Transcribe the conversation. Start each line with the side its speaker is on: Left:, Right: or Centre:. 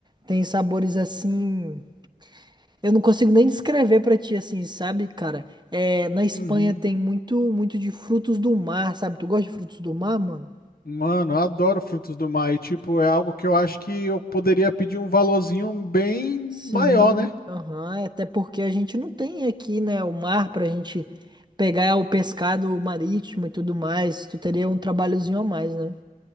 Right: tem sabores assim Eu não consigo nem descrever pra ti assim, sabe, cara? É, na Espanha
Left: Uhum.
Right: tem muito, muito de frutos do mar, sabe? Tu gosta de frutos do mar, mano?
Left: Mano, eu adoro frutos do mar e tipo, é algo que eu acho que eu poderia pedir um valorzinho bem
Right: Sim.
Left: maior, né?
Right: Aham, é até porque a gente não tem aqui, né, o mar pra gente pegar é o pescado marítimo e tudo mais. Tu teria um trabalhozinho a mais, né?